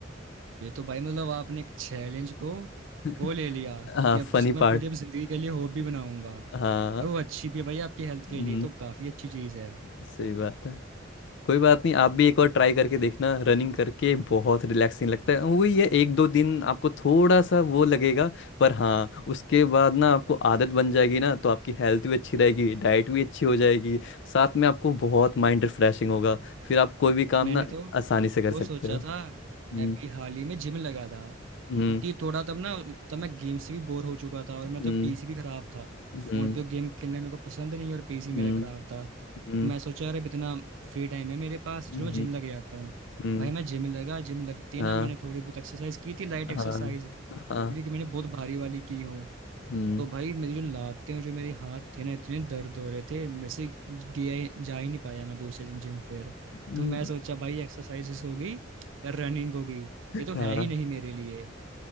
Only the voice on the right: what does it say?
ये तो भाई मतलब आपने एक चैलेंज को
वो ले लिया
कि अब
तो उसको मैं
पूरी अब जिंदगी के लिए हॉबी बनाऊंगा
और वो अच्छी भी है भाई आपकी हेल्थ के
लिए तो काफी अच्छी चीज है
मैंने
तो
वो
सोचा
था
मैं भी हाल ही में जिम लगा था
क्योंकि थोड़ा तब ना तब मैं गेम से भी बोर हो चुका था और
मैं तब पीसी भी खराब था
तो फोन पे गेम खेलना मेरे को पसंद नहीं और पीसी मेरा
खराब था
तो मैं सोचा अरे अब इतना फ्री टाइम है मेरे पास चलो
मैं जिम लगे आता हूँ
भाई मैं जिम लगा जिम लगते ही
ना मैंने थोड़ी बहुत एक्सरसाइज की थी लाइट
एक्सरसाइज
ये भी नहीं कि मैंने बहुत भारी वाली की हो
तो भाई मेरी जो लातें और जो मेरे हाथ थे ना इतने दर्द हो रहे थे मेरे से गया ही- जा ही नहीं पाया मैं दूसरे दिन जिम फिर
तो मैं सोचा भाई एक्सरसाइजेस हो गई या रनिंग हो गई
ये तो
है ही नहीं मेरे लिए